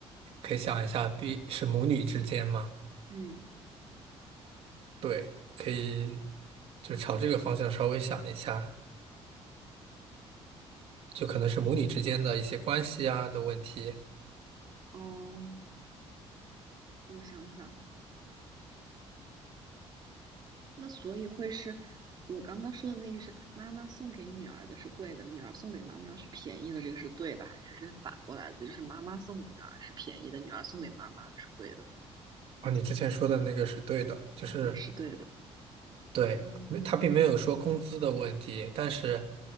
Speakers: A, on the right (about 60°); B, on the right (about 40°).
A: 可以想一下，必是母女之间嘛，
B: 嗯，
A: 对，可以就朝这个方向稍微想一下，就可能是母女之间的一些关系啊的问题。
B: 哦，我想想，那所以会是我刚刚说的那个是妈妈送给女儿的是贵的，女儿送给妈妈是便宜的，这个是对的，还是是反过来的？就是妈妈送给女儿是便宜的，女儿送给妈妈的是贵的
A: 啊，你之前说的那个是对的，就是
B: 啊，是对的。
A: 对，
B: 嗯
A: 没他并没有说工资的问题，但是，